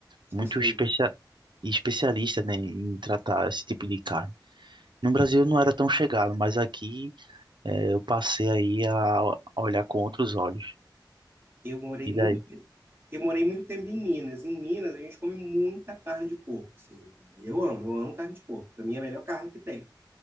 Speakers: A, on the right; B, on the right.
A: Especialista.
B: muito especia especialistas, né, em tratar esse tipo de carne. No Brasil eu não era tão chegado, mas aqui eh, eu passei aí a a olhar com outros olhos.
A: Eu morei
B: E
A: muito,
B: daí
A: te- eu morei muito tempo em Minas. Em Minas, a gente come muita carne de porco, assim. Eu amo, eu amo carne de porco. Pra mim é a melhor carne que tem.